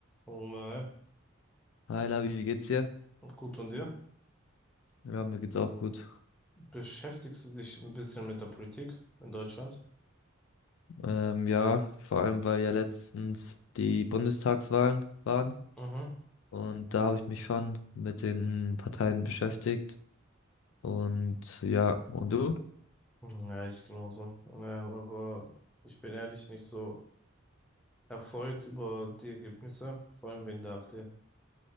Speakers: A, in the centre; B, on the left (about 70°).
A: Mal.
B: Hi Labi, wie geht's dir?
A: Gut, und dir?
B: Ja, mir geht's auch gut.
A: Beschäftigst du dich ein bisschen mit der Politik in Deutschland?
B: Ähm, ja, vor allem weil ja letztens die Bundestagswahlen waren
A: Mhm.
B: und da habe ich mich schon mit den Parteien beschäftigt. Und ja, und du?
A: Ja, ich genauso. Ähm, aber ich bin ehrlich nicht so erfreut über die Ergebnisse, vor allem wegen der AfD.